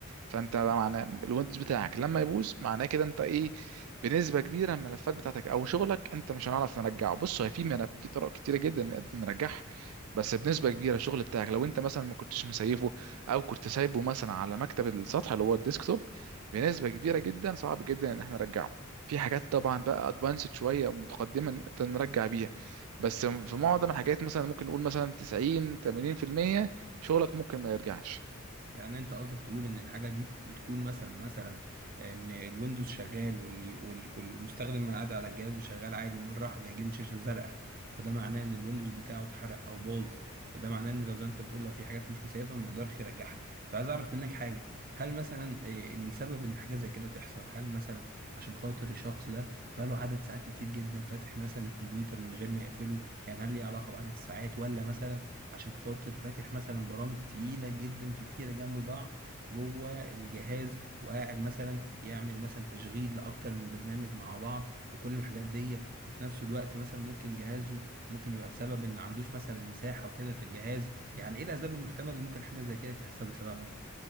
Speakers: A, on the right (about 85°); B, on the right (about 45°).
A: فانت بقى معناه الويندوز بتاعك لما يبوظ معناه كده انت ايه بنسبه كبيره الملفات بتاعتك او شغلك انت مش هنعرف نرجعه بص هو في ملف في طرق كتيره جدا نقدر نرجعها بس بنسبه كبيره الشغل بتاعك لو انت مثلا ما كنتش مسيفه او كنت سايبه مثلا على مكتب السطح اللي هو الديسكتوب بنسبه كبيره جدا صعب جدا ان احنا نرجعه في حاجات طبعا بقى ادفانسد شويه متقدمه نقدر نرجع بيها بس في معظم الحاجات مثلا ممكن نقول مثلا 90 80% شغلك ممكن ما يرجعش
B: يعني انت قصدك تقول ان الحاجه دي بتكون مثلا مثلا ان الويندوز شغال وال- وال- والمستخدم قاعد على الجهاز وشغال عادي ومره واحده يجيله شاشه زرقاء فده معناه ان الويندوز بتاعه اتحرق او باظ فده معناه ان لو زي ما انت بتقول لو في حاجات مش مسيبه ما يقدرش يرجعها طب عايز اعرف منك حاجه هل مثلا اه، ان سبب ان حاجه زي كده تحصل هل مثلا عشان خاطر الشخص ده بقاله عدد ساعات كتير جدا فاتح مثلا الكمبيوتر من غير ما يقفله يعني هل ليه علاقه بعدد الساعات ولا مثلا عشان خاطر فاتح مثلا برامج تقيلة جدا كتيرة جنب بعض جوه الجهاز وقاعد مثلا يعمل مثلا تشغيل لأكتر من برنامج مع بعض وكل الحاجات دي وفي نفس الوقت مثلا ممكن جهازه ممكن يبقى بسبب إن ما عندوش مثلا مساحة وكده في الجهاز يعني إيه الأسباب المحتملة اللي ممكن حاجة زي كده تحصل بسببها؟